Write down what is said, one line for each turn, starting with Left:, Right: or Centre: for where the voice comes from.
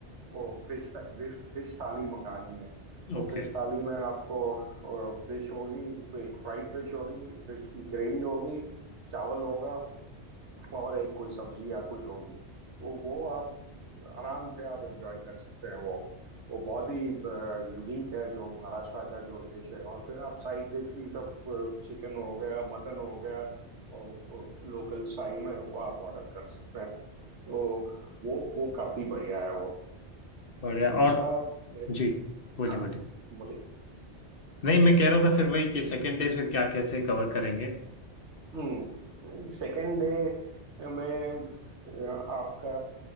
Right: वो फिश फिश थाली मंगानी है
Left: ओके
Right: और फिश थाली में आपको फिश होगी एक फ्राइड फिश होगी फिश की ग्रेवी होगी चावल होगा और एक कोई सब्जी या कुछ होगी तो वो आप आराम से आप एंजॉय कर सकते हैं वो वो बहुत ही यूनिक है जो महाराष्ट्र का जो डिश है और फिर आप साइड डिश भी सब चिकन हो गया मटन हो गया और लोकल स्टाइल में वो आप ऑर्डर कर सकते हैं तो वो वो काफी बढ़िया है वो
Left: बढ़िया
Right: दूसरा
Left: और
Right: मेरे
Left: जी बोलिए
Right: हाँ,
Left: बोलिए
Right: बोलिए
Left: नहीं मैं कह रहा था फिर वही कि सेकेंड डे फिर क्या कैसे कवर करेंगे
Right: हम्म सेकेंड डे मैं अ, आपका